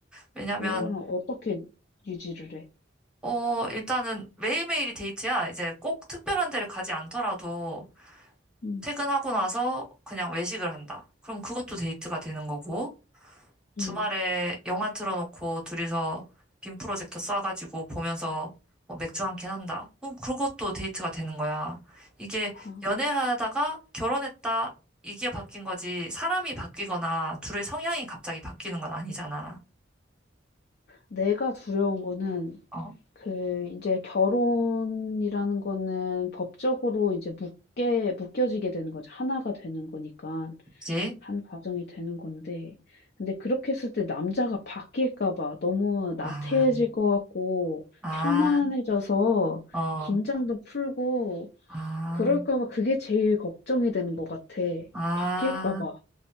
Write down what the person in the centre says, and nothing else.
왜냐면,
어, 일단은 매일매일이 데이트야. 이제 꼭 특별한 데를 가지 않더라도,
퇴근하고 나서 그냥 외식을 한다. 그럼 그것도 데이트가 되는 거고, 주말에
영화 틀어놓고 둘이서 빔 프로젝터 쏴가지고 보면서 뭐 맥주 한 캔 한다. 그 그것도 데이트가 되는 거야. 이게
연애하다가 결혼했다. 이게 바뀐 거지. 사람이 바뀌거나 둘의 성향이 갑자기 바뀌는 건 아니잖아.
어?
그치?
아,
아,
어,
아,
아.